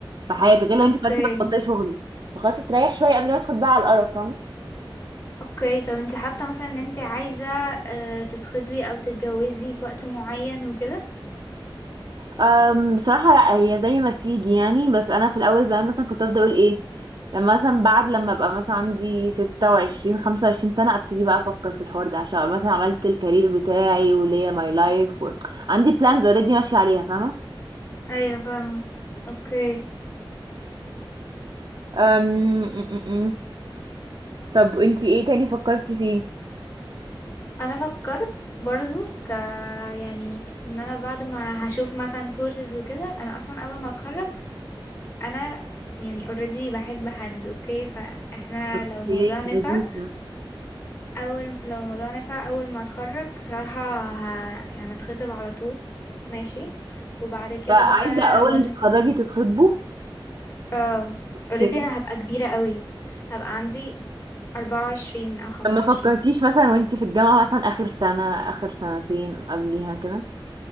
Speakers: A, on the right; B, on the left.
A: في حياتك غير لو
B: اوكي
A: انت قررتي بقى تبطلي شغل فخلاص استريح شويه قبل ما ادخل بقى على القرف فاهمه
B: اوكي طب انت حاطه مثلا ان انت عايزه آه، تتخطبي او تتجوزي في وقت معين وكده
A: أم، بصراحة لا هي زي ما تيجي يعني بس أنا في الأول زمان مثلا كنت أفضل أقول إيه لما مثلا بعد لما أبقى مثلا عندي ستة وعشرين خمسة وعشرين سنة أبتدي بقى أفكر في الحوار ده عشان أبقى مثلا عملت الكارير بتاعي وليا ماي لايف و... عندي بلانز اوريدي ماشية عليها فاهمة
B: ايوه فاهمه اوكي
A: أم... م- م- م. طب انتي ايه تاني فكرتي فيه
B: انا فكرت برضو ك يعني ان انا بعد ما هشوف مثلا كورسز وكده انا اصلا اول ما اتخرج انا يعني اوريدي بحب حد اوكي فاحنا
A: اوكي
B: لو الموضوع نفع
A: لذيذة
B: اول لو الموضوع نفع اول ما اتخرج صراحه ه... يعني هنتخطب على طول ماشي وبعد كده
A: فعايزة
B: بقى
A: أول
B: عقبال
A: ما تتخرجي تتخطبوا
B: اه
A: اوكي
B: اوريدي انا هبقى كبيرة قوي هبقى عندي اربعة وعشرين او خمسة
A: طب ما
B: وعشرين
A: فكرتيش مثلا وانتي في الجامعة مثلا آخر سنة آخر سنتين قبليها كده